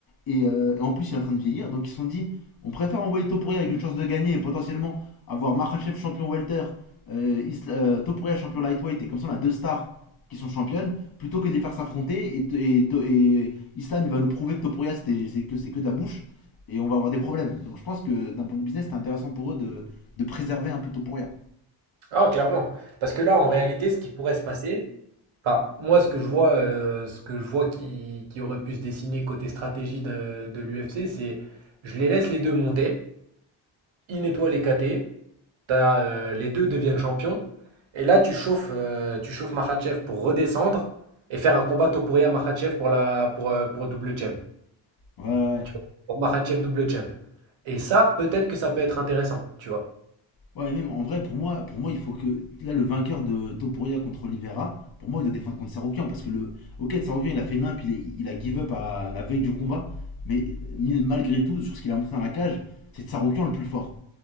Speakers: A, on the left; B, on the right.
A: Et, euh, et en plus, il est en train de vieillir. Donc, ils se sont dit, on préfère envoyer Topuria avec une chance de gagner et potentiellement avoir Makhachev champion welter, euh, Isla- euh, Topuria champion lightweight. Et comme ça, on a deux stars qui sont championnes plutôt que de les faire s'affronter. Et, et, et Islam, il va nous prouver que Topuria, c'est que, c'est que de la bouche. Et on va avoir des problèmes. Donc, je pense que d'un point de business, c'est intéressant pour eux de, de préserver un peu Topuria.
B: Ah, clairement. Parce que là, en réalité, ce qui pourrait se passer, enfin, moi, ce que je vois, euh, ce que je vois qui, qui aurait pu se dessiner côté stratégie de, de l'UFC, c'est je les laisse les deux monter, ils nettoient les KT, t'as, euh, les deux deviennent champions, et là, tu chauffes, euh, tu chauffes Makhachev pour redescendre et faire un combat Topuria-Makhachev pour, la, pour, euh, pour double champ.
A: Ouais, ouais.
B: Tu vois, pour Makhachev double champ. Et ça, peut-être que ça peut être intéressant, tu vois.
A: Ouais, même en vrai, pour moi, pour moi, il faut que. Là, le vainqueur de Topuria contre Oliveira, pour moi, il doit défendre contre Saroukian. Parce que le. Ok, Saroukian, il a fait nimp, il, est- il a give up à la veille du combat. Mais mi- malgré tout, sur ce qu'il a montré dans la cage, c'est Saroukian le plus fort.